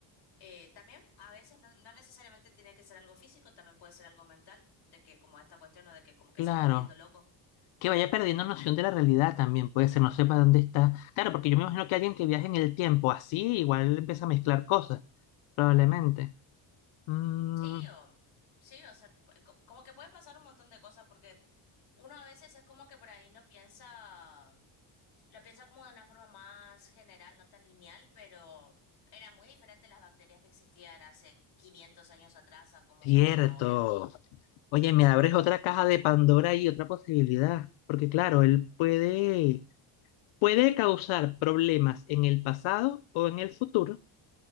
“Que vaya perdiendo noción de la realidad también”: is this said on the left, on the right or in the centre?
Left